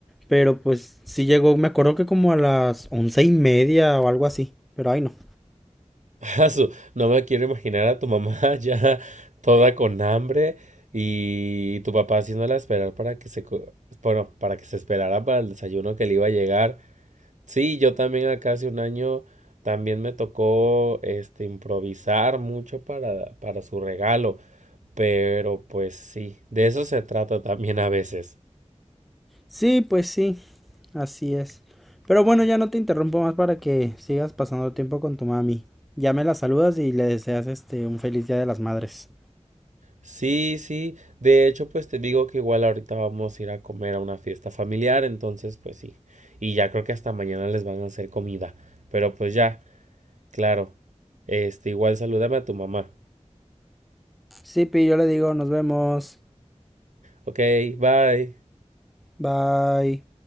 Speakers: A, in the centre; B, on the right.
A: pero pues sí llegó, me acuerdo que como a las once y media o algo así, pero ay no.
B: <laughs> Asu, No me quiero imaginar a tu mamá <laughs> ya toda con hambre y tu papá haciéndola esperar para que se, co- bueno, para que se esperara para el desayuno que le iba a llegar. Sí, yo también acá hace un año también me tocó este improvisar mucho para, para su regalo, pero pues sí, de eso se trata también a veces.
A: Sí, pues sí. Así es. Pero bueno, ya no te interrumpo más para que sigas pasando tiempo con tu mami. Ya me la saludas y le deseas este un feliz Día de las Madres.
B: Sí, sí. De hecho, pues te digo que igual ahorita vamos a ir a comer a una fiesta familiar, entonces pues sí. Y ya creo que hasta mañana les van a hacer comida. Pero pues ya, claro. Este, igual salúdame a tu mamá.
A: Sí, Pi, yo le digo, nos vemos.
B: Ok, bye.
A: Bye.